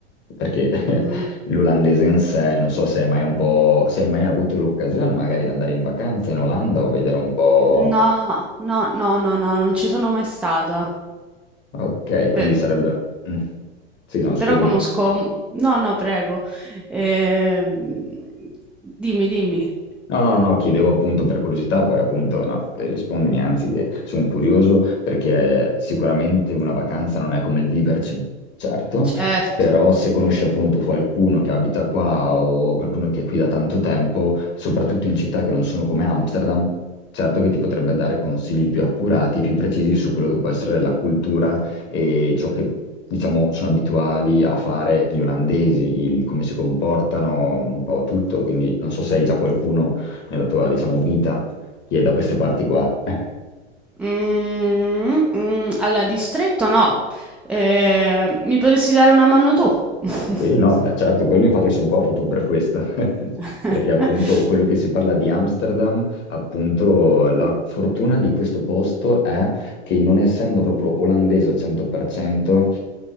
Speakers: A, on the left; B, in the centre.
A: perché <laughs>
B: mhm.
A: l'olandese in sé, non so se hai mai un po', se hai mai avuto l'occasione magari di andare in vacanza in Olanda o vedere un po'...
B: No, no, no, no, no, non ci sono mai stata.
A: Ok, quindi
B: Pe-
A: sarebbe... mm. Sì, no, scusami.
B: però conosco... No, no, prego. Ehm, dimmi, dimmi.
A: No, no, no, chiedevo appunto per curiosità, poi appunto no, eh, rispondimi, anzi, eh, sono curioso perché eh, sicuramente una vacanza non è come il viverci, certo,
B: Certo.
A: però se conosci appunto qualcuno che abita qua o qualcuno che è qui da tanto tempo, soprattutto in città che non sono come Amsterdam, certo che ti potrebbe dare consigli più accurati, più precisi su quello che può essere la cultura e ciò che diciamo, sono abituali a fare gli olandesi, il come si comportano, un po' tutto, quindi non so se hai già qualcuno nella tua, diciamo, vita che è da queste parti qua. <laughs>
B: Mm, mm, allora, distretto no. Eh, mi potresti dare una mano tu? <laughs>
A: E no, beh, certo, quello infatti sono qua proprio per questo, <laughs>
B: <laughs>
A: perché appunto quello che si parla di Amsterdam, appunto la fortuna di questo posto è che non essendo proprio olandese al 100%,